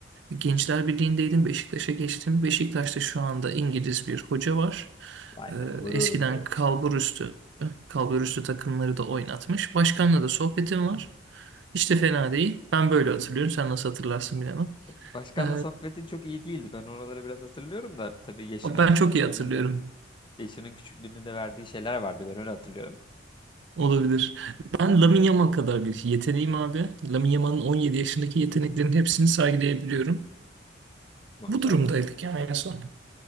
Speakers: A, on the right (about 65°); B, on the left (about 25°).
A: Gençler Birliği'ndeydim. Beşiktaş'a geçtim. Beşiktaş'ta şu anda İngiliz bir hoca var.
B: Vay
A: Ee,
B: be gururumuz
A: Eskiden
B: evet.
A: kalburüstü, kalburüstü takımları da oynatmış. Başkanla da sohbetim var. Hiç de fena değil. Ben böyle hatırlıyorum. Sen nasıl hatırlarsın bilemem.
B: Başkanla
A: Ee,
B: sohbetin çok iyi değildi. Ben oraları biraz hatırlıyorum da tabii yaşının
A: ben
B: küçüklüğünü
A: çok iyi hatırlıyorum.
B: de yaşının küçüklüğünü de verdiği şeyler vardı. Ben öyle hatırlıyorum.
A: Olabilir. Ben Lamine Yamal kadar bir yeteneğim abi. Lamine Yamal'ın 17 yaşındaki yeteneklerin hepsini sergileyebiliyorum.
B: Maşallah.
A: Bu durumdaydık yani en son.